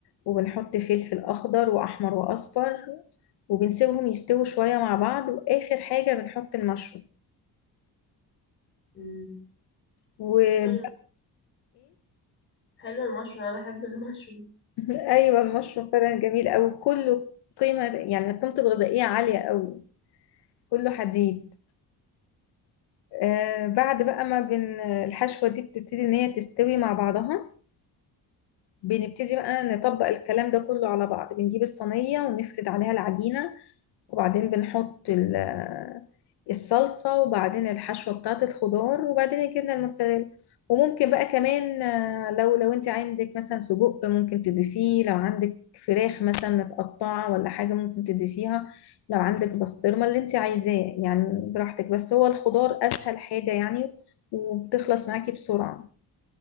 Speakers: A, on the left; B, on the left.
A: وبنحط فلفل أخضر وأحمر وأصفر وبنسيبهم يستووا شوية مع بعض وآخر حاجة بنحط المشروم
B: مم.
A: وإيه؟
B: حلو حلو المشروم انا بحب المشروم
A: أيوة المشروم فعلا جميل أوي كله قيمة يعني قيمته الغذائية عالية أوي كله حديد آه بعد بقى ما بن الحشوة دي بتبتدي إن هي تستوي مع بعضها بنبتدي بقى نطبق الكلام ده كله على بعض بنجيب الصينية ونفرد عليها العجينة وبعدين بنحط ال- الصلصة وبعدين الحشوة بتاعة الخضار وبعدين الجبنة الموتزاريلا وممكن بقى كمان آه، لو لو انت عندك مثلا سجق ممكن تضيفيه لو عندك فراخ مثلا متقطعة ولا حاجة ممكن تضيفيها لو عندك بسطرمة اللي انت عايزاه يعني براحتك بس هو الخضار أسهل حاجة يعني وبتخلص معاكي بسرعة